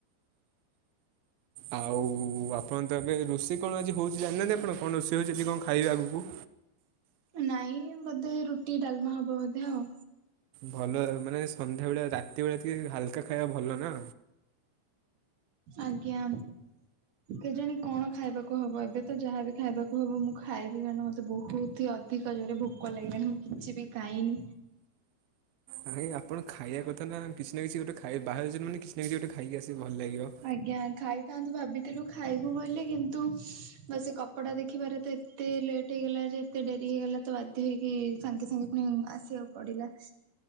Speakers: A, on the right; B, on the right.
A: ଆଉ ଆପଣ ତ ଏବେ ରୋଷେଇ କଣ ଆଜି ହଉଛି ଜାଣିନାହାନ୍ତି ଆପଣ? କଣ ରୋଷେଇ ହଉଛନ୍ତି ଯ କଣ ଖାଇବେ ଆଗକୁ?
B: ନାଇଁ ବୋଧେ ରୁଟି ଡାଲମା, ହବ ବୋଧେ ଆଉ।
A: ଭଲ, ମାନେ ସନ୍ଧ୍ୟାବେଳା ରାତି ବେଳେ ଟିକେ ହାଲକା ଖାଇବା, ଭଲ ନା।
B: ଆଜ୍ଞା। କେଜାଣି କଣ ଖାଇବାକୁ ହବ? ଏବେ ତ ଯାହାବି ଖାଇବାକୁ ହବ, ମୁଁ ଖାଇବି, କାରଣ ମତେ ବହୁତ ହି ଅଧିକ, ଜୋରେ ଭୋକ ଲାଗିଲାଣି। ମୁଁ କିଛି ବି ଖାଇନି।
A: ଆଇଁ ଆପଣ ଖାଇବା କଥା ନା, କିଛି ନା କିଛି ଗୋଟେ ଖାଇ, ବାହାରେ ଅଛନ୍ତି ମାନେ କିଛି ନା କିଛି ଗୋଟେ ଖାଇକି ଆସିଲେ ଭଲ ଲାଗିବ।
B: ଆଜ୍ଞା ଖାଇଥାନ୍ତୁ ଭାବିଥିଲୁ ଖାଇବୁ ବୋଲି, କିନ୍ତୁ ବା ସେ କପଡ଼ା ଦେଖିବାରେ ତ ଏତେ ଲେଟ୍ ଟ୍, ହେଇଗଲା ଯେ, ଏତେ ଡେରି ହେଇଗଲା। ତ ବାଧ୍ୟ ହେଇକି ସାଙ୍ଗେ ସାଙ୍ଗେ ପୁଣି ଆସିବାକୁ ପଡିଲା।